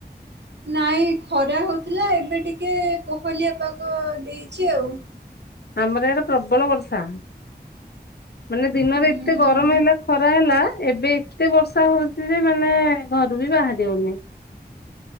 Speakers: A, on the right (about 85°); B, on the left (about 70°).
A: ନାଇଁ ଖରା ହଉଥିଲା ଏବେ ଟିକେ କୋହଲିଆ ପାଗ ଦେଇଛି ଆଉ।
B: ଆମର ଇଆଡ଼େ ପ୍ରବଳ ବର୍ଷା। ମାନେ ଦିନରେ
A: ହୁଁ
B: ଏତେ ଗରମ ହେଲା ଖରା ହେଲା ଏବେ ଏତେ ବର୍ଷା ହଉଛି ଯେ ମାନେ ଘରୁ ବି ବାହାରି ହଉନି